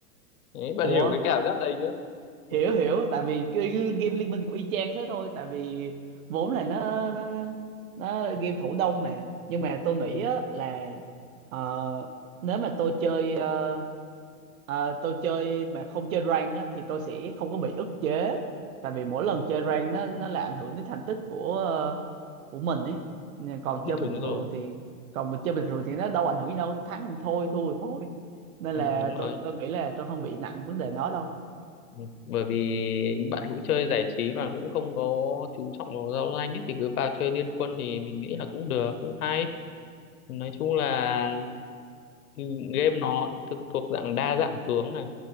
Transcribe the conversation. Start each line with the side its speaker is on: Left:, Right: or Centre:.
Left: đấy bạn
Right: ủa
Left: hiểu cái cảm giác đấy chưa ừ.
Right: hiểu hiểu tại vì cái game Liên Minh của y chang thế thôi tại vì vốn là nó nó nó nó game thủ đông mà nhưng mà tôi nghĩ
Left: Ừ.
Right: á là ờ, nếu mà tôi chơi ờ, Ờ, tôi chơi mà không chơi rank á, thì tôi sẽ không có bị ức chế tại vì mỗi lần chơi rank nó nó là ảnh hưởng đến thành tích của ờ, của mình ấy Nhưng còn
Left: <laughs>
Right: chơi bình
Left: đúng
Right: thường
Left: rồi
Right: thì còn mình chơi bình thường thì nó đâu ảnh hưởng gì đâu thắng thì thôi thua thì thôi nên
Left: ừ,
Right: là
Left: đúng
Right: tôi
Left: rồi
Right: tôi nghĩ là tôi không bị nặng vấn đề nó đâu
Left: ừ. bởi vì bạn cũng chơi giải trí mà cũng không có chú trọng vào giao danh ấy thì cứ vào chơi Liên Quân thì mình nghĩ là cũng được cũng hay nói chung là Ừ, game nó thực thuộc dạng đa dạng tướng này